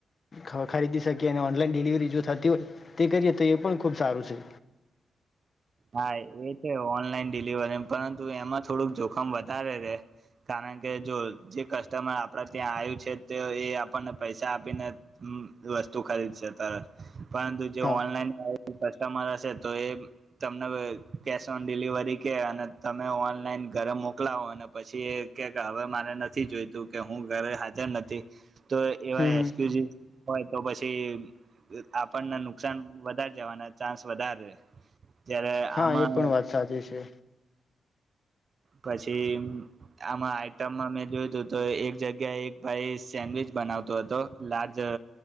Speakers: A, on the left (about 35°); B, on the right (about 40°).
A: ખરીદી શકીએ અને ઓનલાઈન ડિલિવરી જો થતી હોય તે કરીએ તો એ પણ ખુબ સારું છે
B: હા એ છે ઓનલાઈન ડિલિવરી પરંતુ એમાં થોડુંક જોખમ વધારે છે કારણ કે જો જે કસ્ટમર આપડા ત્યાં આયું છે તો એ આપણને પૈસા આપીને વસ્તુ ખરીદશે તરત પરંતુ જે
A: હા
B: ઓનલાઈન આવે તમારા છે તો એ તમને કેશ ઓન ડિલિવરી કે અને તમે ઓનલાઈન ઘરે મોકલાવો અને પછી એ કે હવ મારે નથી જોઈતું કે હું ઘરે હાજર નથી તો એવા
A: હમ હમ
B: એસક્યુસીસ હોય તો પછી આપણને નુકસાન વધારે જવાના ચાન્સ વધાર રે જ્યારે
A: હા
B: આમાં
A: એ પણ વાત સાચી છે
B: પછી આમાં આઈટમમાં મેં જોયુ તું તો એક જગ્યા એક ભાઈ સેન્ડવીચ બનાવતો હતો લાર્જ